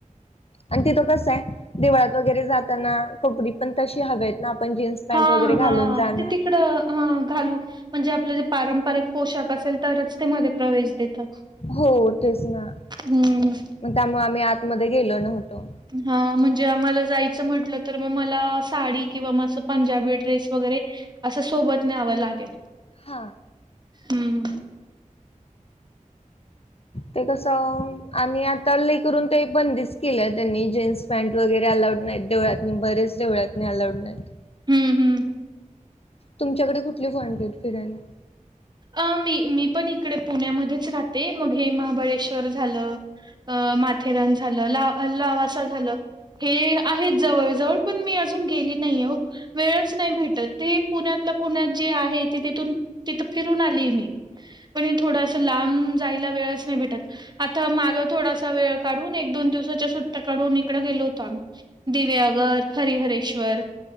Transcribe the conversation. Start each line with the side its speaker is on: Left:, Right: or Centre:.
Left: आणि तिथं कस आहे दिवाळात वगैरे जाताना कोकणी पण तशी हवेत ना आपण जीन्स पॅन्ट
Right: हा
Left: वगैरे घालून
Right: हा
Left: जाणार
Right: ते तिकडं अ घालू म्हणजे आपलं जे पारंपरिक पोशाख असेल तरच तेमध्येध्ये प्रवेश देतात
Left: हो तेच ना
Right: हम्म.
Left: मग त्यामुळे आम्ही आतमध्ये गेलो नव्हतो
Right: हा म्हणजे आम्हाला जायचं म्हटलं तर मग मला साडी किंवा म असं पंजाबी ड्रेस वगैरे असं सोबत न्यावं लागेल
Left: हा
Right: हम्म,
Left: ते कस आणि आता अल्लीई करून ते पण दिस केल्या त्यांनी जीन्स पॅन्ट वगैरे अलाउड नाहीत देवळाततनी बरेच देवळ्यातनी अलाऊड नाहीत
Right: हम्म, हम्म.
Left: तुमच्याकडे कुठली वॉन्टेड फिरायला
Right: अ मी मी पण इकडे पुण्यामध्येच राहते मग हे महाबळेश्वर झालं अ माथेरान झालं ला लावा असं झालं हे आहेत जवळजवळ पण मी अजून गेली नाही हो वेळच नाही भेटत ते पुण्यातलं पुण्यात जे आहे ते तिथून तिथं फिरून आली मी पण हे थोडंसं लांब जायला वेळच नाही भेटत आता मागं थोडासा वेळ काढून एक दोन दिवसाच्या सुट्ट्या काढून इकडं गेलो होतो आम्ही दिव्याघर हरीिहरेश्वर